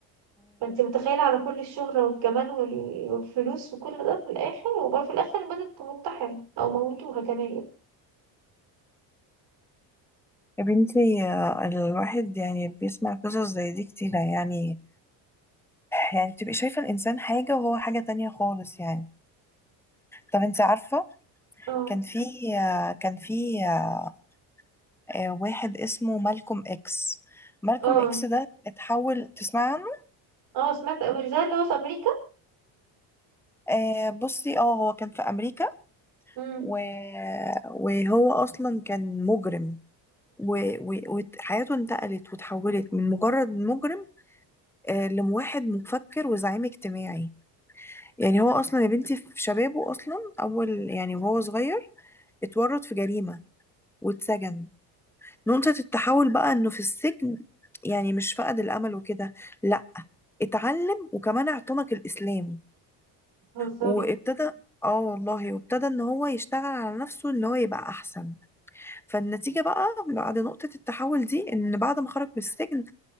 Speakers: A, on the right; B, in the centre.
A: فانت متخيلة على كل الشهرة والجمال وال- والفلوس وكل ده في الآخر وبرضه في الآخر البنت تنتحر أو موتوها كمان
B: يا بنتي آه، الواحد يعني بيسمع قصص زي دي كتيرة يعني يعني بتبقي شايفة الإنسان حاجة وهو حاجة تانية خالص يعني طب انت عارفة
A: اه
B: كان في آه، كان في آه، آه، واحد اسمه مالكوم إكس مالكوم
A: اه
B: إكس ده اتحول تسمع عنه
A: اه سمعت مش ده اللي هو في أمريكا؟
B: آه، بصي اه هو كان في أمريكا
A: امم
B: و... وهو أصلا كان مجرم و- و- وحياته انتقلت وتحولت من مجرد مجرم آه، لواحد مفكر وزعيم اجتماعي يعني هو اصلا يا بنتي في شبابه اصلا اول يعني وهو صغير اتورط في جريمة واتسجن نقطة التحول بقى انه في السجن يعني مش فقد الامل وكده لا اتعلم وكمان اعتنق الاسلام
A: بتهزري
B: وابتدى اه والله وابتدى ان هو يشتغل على نفسه ان هو يبقى احسن فالنتيجة بقى بعد نقطة التحول دي ان بعد ما خرج من السجن